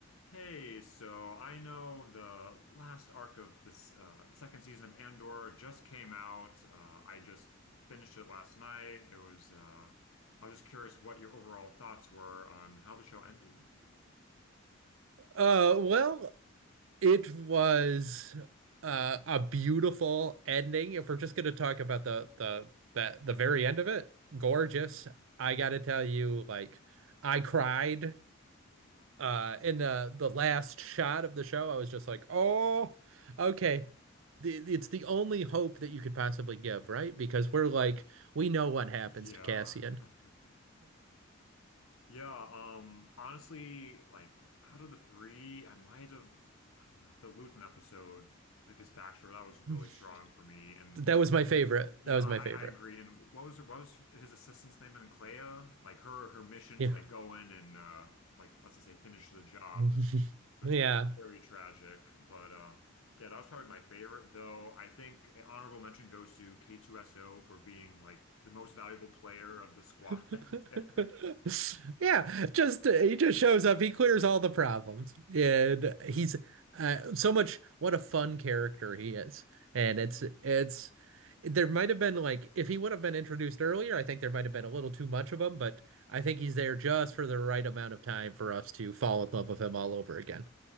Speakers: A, on the left; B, on the right.
A: Hey, so I know the last arc of this uh, second season of Andor just came out. Uh, I just finished it last night. It was, uh, I was just curious what your overall thoughts were on how the show ended.
B: Uh, well, it was uh, a beautiful ending. If we're just going to talk about the the the the very end of it, gorgeous. I got to tell you, like, I cried Uh, in the the last shot of the show, I was just like, "Oh, okay." The- It's the only hope that you could possibly give, right? Because we're like, we know what happens
A: Yeah.
B: to Cassian.
A: <laughs> Yeah, um, honestly, like out of the three, I might have, I don't know, the Luthen episode, like his backstory, that was really
B: <laughs>
A: strong for me. And
B: That
A: like
B: was my favorite.
A: Yeah,
B: That was
A: I,
B: my favorite.
A: I agree. And what was what was his assistant's name in Clea? Like her her mission
B: Yeah.
A: to like go in and uh like let's just say finish the job,
B: <laughs>
A: which
B: Yeah.
A: was very tragic. But um yeah, that was probably my favorite, though I think an honorable mention goes to K2SO for being like the most valuable player of the squad
B: <laughs>
A: <laughs> there.
B: Yeah, just he just shows up. He clears all the problems, and he's uh, so much. What a fun character he is, and it's it's. There might have been like if he would have been introduced earlier, I think there might have been a little too much of him, but I think he's there just for the right amount of time for us to fall in love with him all over again.